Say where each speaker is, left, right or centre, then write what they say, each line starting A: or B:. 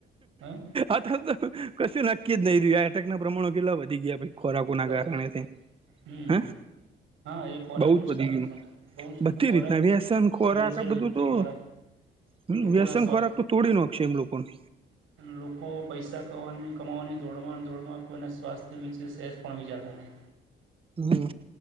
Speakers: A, on the right (about 85°); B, on the right (about 25°).
A: હ
B: અથ તો કશું નક્કી જ નહી રહ્યું આ એટક ના પ્રમાણો કેટલા વધી ગયા ભાઈ. ખોરાકુના
A: તો
B: કારણે તે
A: હમ
B: હ.
A: હા એ ખોરાકનું
B: બઉ જ બધી
A: કારણ
B: ગમ
A: છે બહુ જ
B: બધી
A: ખોરાક
B: રીતના વ્યસન ખોરાક
A: ભેળસેળ
B: આ બધું
A: રીતે
B: તો
A: ખોરાક
B: હ
A: લોકોના
B: વ્યસન ખોરાક તો તોડી નાખકશે એમ લોકોને.
A: અને લોકો પૈસા કની કમાવાની દોડમાં દોડમાં કોઈના સ્વાસ્થ્ય વિશે સે પણ વિચારતાને
B: હમ.